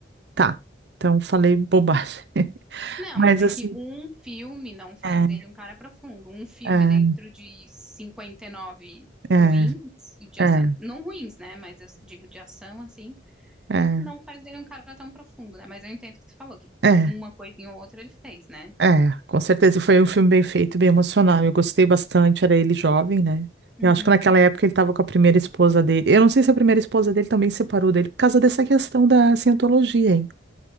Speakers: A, on the right; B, in the centre.
A: Tá. Então falei bobagem. <laughs>
B: Não,
A: Mas
B: mas é
A: assim,
B: que um filme não faz
A: é,
B: dele um cara profundo. Um filme
A: é,
B: dentro de 59
A: é,
B: ruins e de
A: é,
B: ação, não ruins, né? Mas eu digo de ação assim,
A: é, é,
B: não faz dele um cara tão profundo, né? Mas eu entendo o que tu falou, que
A: é,
B: uma coisinha ou outra ele fez, né?
A: é. Com certeza foi um filme bem feito, bem emocional. Eu gostei bastante, era ele jovem, né?
B: Uhum.
A: Eu acho que naquela época ele estava com a primeira esposa dele. Eu não sei se a primeira esposa dele também se separou dele por causa dessa questão da cientologia, hein?